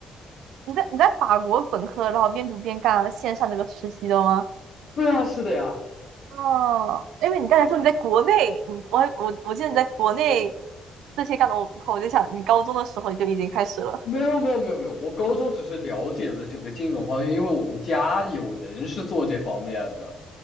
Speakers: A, on the right; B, on the left.
A: 你在你在法国本科，然后边读边干线上这个实习的吗？
B: <laughs> 对啊，是的呀。
A: 哦，因为你刚才说你在国内，你我还我我记得你在国内这些干的我不靠，我就想你高中的时候就已经开始了。
B: 没有没有没有没有，我高中只是了解了整个金融方面，因为我们家有人是做这方面的。